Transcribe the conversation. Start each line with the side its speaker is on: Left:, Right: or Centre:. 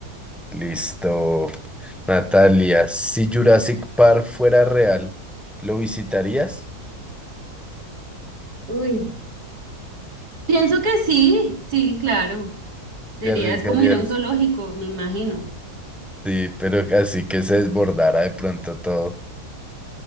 Centre: Listo. Natalia, si Jurassic Park fuera real, ¿lo visitarías?
Right: Uy. Pienso que sí, sí, claro. Sería,
Centre: ¿Te arriesgarías?
Right: es como ir a un zoológico, me imagino.
Centre: Sí, pero así que se desbordara de pronto todo.